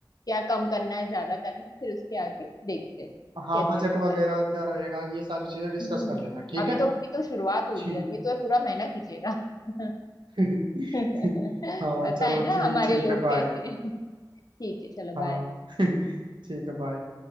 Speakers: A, on the left; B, on the right.
A: क्या कम करना है ज्यादा करना है फिर उसके आगे देखते हैं
B: हाँ
A: कैसे
B: बजट
A: होता
B: वगैरह
A: है
B: क्या रहेगा ये सारी चीजें डिस्कस
A: हम्म,
B: कर लेना ठीक
A: अभी
B: है
A: तो अभी तो शुरुआत हुई
B: ठीक
A: है अभी तो ये पूरा महीना खींचेगा <laughs>
B: <laughs>
A: पता
B: हाँ चलो
A: है ना
B: ठीक
A: हमारे
B: ठीक
A: लोग
B: है बाय
A: कैसे ठीक है चलो
B: हाँ
A: बाय
B: <laughs> ठीक है बाय